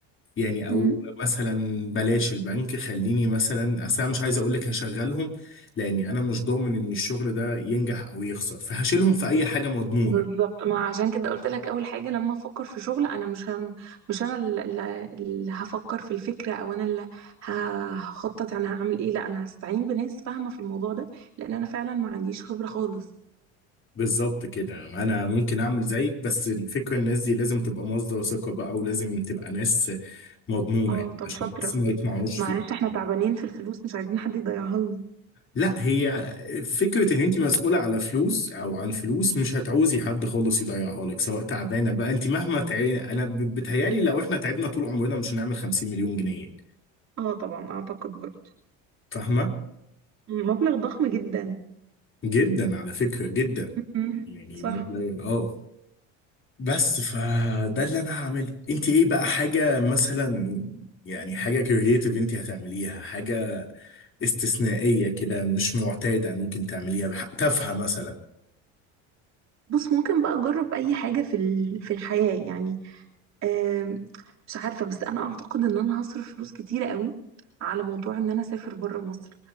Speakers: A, on the left; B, on the right.
A: يعني او
B: امم
A: مثلا بلاش البنك خليني مثلا اصل انا مش عايز اقول لك هشغلهم لاني انا مش ضامن ان الشغل ده ينجح او يخسر فهشيلهم في اي حاجة مضمونة
B: بالظبط ما عشان كده قلت لك اول حاجه لما افكر في شغل انا مش هم مش انا اللي اللي- اللي هفكر في الفكره او انا اللي هخطط انا هعمل ايه لا انا هستعين بناس فاهمه في الموضوع ده لان انا فعلا ما عنديش خبره خالص
A: بالظبط كده انا ممكن اعمل زيك بس الفكره الناس دي لازم تبقى مصدر ثقه بقى ولازم تبقى ناس مضمونه
B: اه
A: يعني
B: طب
A: عشان
B: شاطره
A: بس ما يطمعوش
B: معلش
A: فيه
B: احنا تعبانين في الفلوس مش عايزين حد يضيعها لنا
A: لا هي فكره ان انت مسؤوله على فلوس او عن فلوس مش هتعوزي حد خالص يضيعها لك سواء تعبانه بقى انت مهما تعي... انا ب- بتهيالي لو احنا تعبنا طول عمرنا مش هنعمل 50 مليون جنيه يعني.
B: اه طبعا اعتقد برضه
A: فاهمه
B: مبلغ ضخم جدا
A: جدا على فكره جدا
B: مم.
A: يعني
B: صح
A: مبلغ اه بس فده اللي انا هعمله انت ايه بقى حاجه مثلا يعني حاجه كرييتيف انت هتعمليها حاجه استثنائيه كده مش معتاده ممكن تعمليها تافهه مثلا
B: بص ممكن بقى اجرب اي حاجة في ال- في الحياة يعني آم، مش عارفة بس أنا أعتقد إن أنا هصرف فلوس كتيرة قوي على موضوع إن أنا أسافر بره مصر